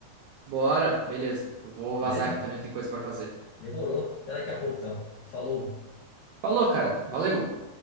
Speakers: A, on the right; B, on the left.
A: Bora, beleza. Eu vou
B: Beleza?
A: vazar aqui também, tem coisa pra fazer.
B: Demorou. Até daqui a pouco, então. Falou.
A: Falou, cara. Valeu.